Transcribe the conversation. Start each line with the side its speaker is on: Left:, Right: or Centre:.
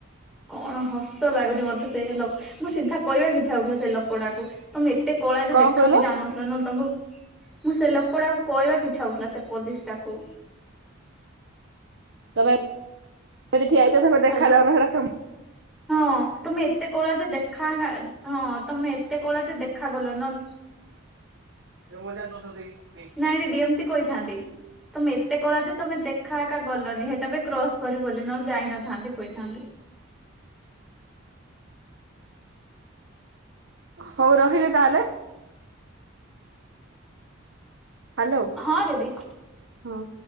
Centre: କଣ ହସ ଲାଗୁଛି ମତେ। ପେରେ ଲୋକ ମୁଁ ସିଧା କହିବାକୁ ଇଚ୍ଛା ହଉଥିଲା ସେ ଲୋକ ଟାକୁ ତମେ ଏତେ କଳା ଯେ
Right: କଣ
Centre: ଦେଖା
Right: କହିଲ
Centre: ବି ଯାଉନ। <unintelligible> ମୁଁ ସେ ଲୋକଟାକୁ କହିବାକୁ ଇଛା ହଉଥିଲା ସେ ପୋଲିସଟାକୁ
Right: ତମେ ଏମିତି ଠିଆ ହେଉଛ ତମେ ଦେଖା
Centre: ହ୍ୟାଲୋ।
Right: ଯାଉନ ହେଟା <unintelligible>
Centre: ହଁ ତମେ ଏତେ କଳା ଯେ ଦେଖା ଯା ହଁ ତମେ ଏତେ କଳା ଯେ ଦେଖାଗଲ ନ
Right: <unintelligible>
Centre: ନାଇଁ ଦିଦି ଏମିତି କହିଥାନ୍ତି। ତମେ ଏତେ କଳା ଯେ ତମେ ଦେଖା ଏକା ଗଲନି ହେଟା ପାଇଁ କ୍ରସ କରି ଗଲି ନହେଲେ ଯାଇନଥାନ୍ତି କହିଥାନ୍ତି।
Right: ହଉ ରହିଲି ତାହେଲେ। ହ୍ୟାଲୋ
Centre: ହଁ ଦିଦି।
Right: ହଁ।